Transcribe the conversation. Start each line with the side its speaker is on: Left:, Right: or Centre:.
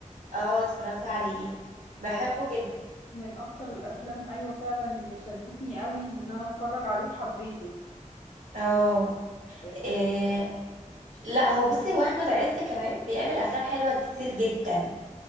Right: اه اتفرجت عليه بحبه
Left: آه،
Right: جدا
Left: من اكتر الافلام ايوه فعلا اللي شدتني قوي ان انا اتفرج عليه وحبيته
Right: اه
Left: آه،
Right: إيه... لا هو بصي هو احمد عز كمان بيعمل افلام حلوه كتير جدا